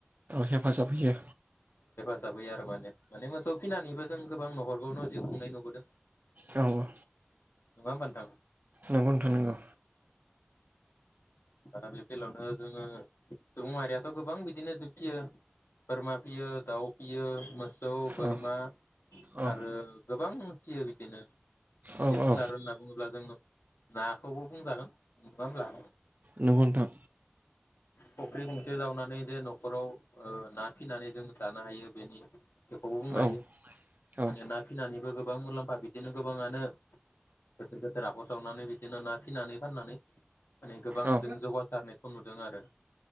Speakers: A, on the right; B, on the left.
A: हेफाजाब होयो
B: होफाजाब होयो आरो माने माने मोसौ फिनानैबो जों गोबां नहरबावनो जि खुंनाय नुबोदों।
A: औ
B: नङा होमबा नोंथां?
A: नोंगौ नोंथां नोंगौ।
B: दा बे बेलायावनो जोङो सुबुं माहारियाथ' गोबां बिदिनो जोब फियो बोरमा फियो दाउ फियो मोस सौ बोरमा
A: औ औ
B: आरो गोबां फियो बिदिनो जिब
A: औ औ
B: जुनार होनना बुङोब्ला जोङो नाखौबो बुंजागोन। नङाब्ला
A: नोंगौ नोंथां।
B: फुख्रि गंसे जावनानै बे न'खराव ओ ना फिनानै जों जानो हायो बेनि बेखौबो बुंनो हायो,
A: औ औ
B: माने ना फिनानैबो गो गोबां मुलाम्फा बिदिनो गोबाङानो गोदोर गोदोर हाखर जावनानै बिदिनो ना फिनानै फाननानै माने गोबां
A: औ
B: जों जौगासारनायखौ नुदों आरो।